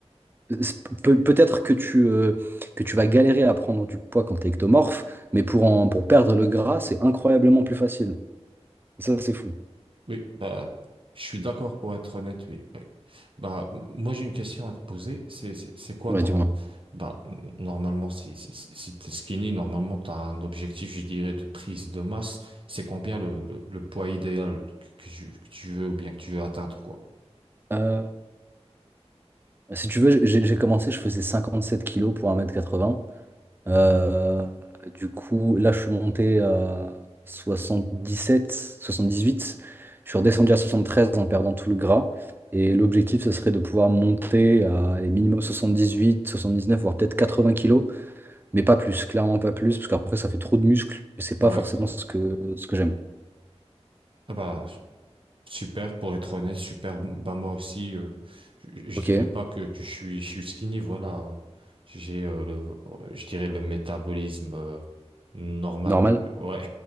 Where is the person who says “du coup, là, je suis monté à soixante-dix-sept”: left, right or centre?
Right